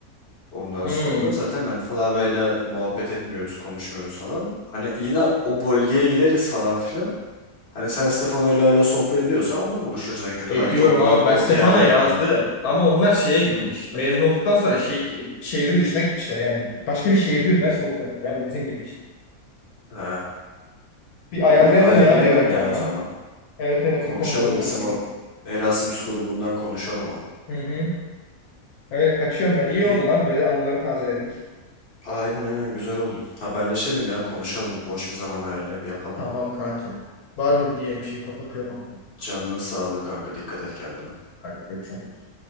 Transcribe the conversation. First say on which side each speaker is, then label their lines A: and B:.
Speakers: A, on the left (about 45°); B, on the left (about 85°).
A: Ondan
B: Hı.
A: sonra zaten hani Flavia'yla muhabbet etmiyoruz, konuşmuyoruz falan. Hani yine o bölgeye gideriz falan filan. Hani sen Stefano'yla hala sohbet ediyorsan onunla buluşuruz en kötü.
B: E
A: Belki
B: diyorum
A: ondan
B: abi ben
A: o
B: Stefan'a
A: diğerlerine.
B: yazdım ama onlar şeye gitmiş.
A: Hmm.
B: Mezun olduktan sonra şey, şey- şehrin dışına gitmişler yani. Başka bir şehirde üniversite okuyor. Yani bizim gibi işte.
A: Ee,
B: Bir
A: onu
B: ayarlayalım
A: ayarlayalım
B: ya bir ara kanka.
A: ya o zaman.
B: Evet evet
A: Konuşalım
B: bir konuşalım
A: bizim
B: onu bir
A: o
B: gün.
A: Erasmus grubundan konuşalım onu.
B: Hı hı. Öyle kaçıyorum ben. İyi
A: İyi.
B: oldu lan böyle anıları tazeledik.
A: Aynen aynen güzel oldu. Haberleşelim ya konuşalım. Boş bir zaman ayarlayıp yapalım
B: Tamam
A: bunu.
B: kanka. Var mı diye bir şey kapatıyorum.
A: Canının sağlığı kanka dikkat et kendine.
B: Hadi görüşürüz.